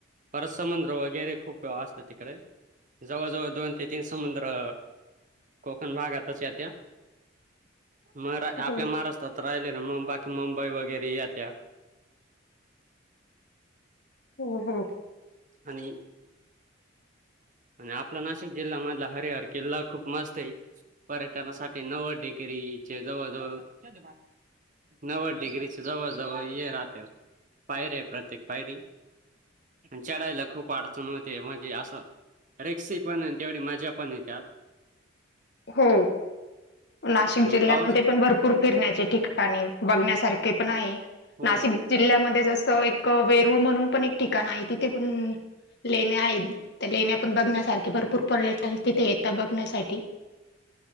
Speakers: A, on the right (about 40°); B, on the left (about 60°).
A: परत समुंद्र वगैरे खूप असत तिकडे जवळ जवळ दोन ते तीन समुंद्र कोकण भागातच या त्या मरा
B: हो
A: आपल्या महाराष्ट्रात तर राहिले ना मु बाकी मुंबई वगैरे येत्या.
B: हो हो
A: आणि आणि आपला नाशिक जिल्ह्यामधला हरिहर किल्ला खूप मस्त आहे. पर्यटनासाठी नव्वद डिग्रीचे जवळ जवळ नव्वद डिग्रीचे जवळ जवळ हे राहतात, पायर्‍या प्रत्येक पायरी चढायला खूप अडचण होते म्हणजे असं. रिस्की पण आणि तेवढी मजा पण येतात.
B: हो नाशिक
A: आणि
B: जिल्ह्यामध्ये
A: पाऊस
B: पण भरपूर फिरण्याचे ठिकाणे बघण्यासारखं ते पण आहे.
A: हो
B: नाशिक जिल्ह्यामध्ये जसं. एक वेरूळ म्हणून पण एक ठिकाण आहे. तिथे पण लेण्या आहेत. त्या लेण्यापण बघण्यासारखे भरपूर पर्यटन तिथे येतात बघण्यासाठी.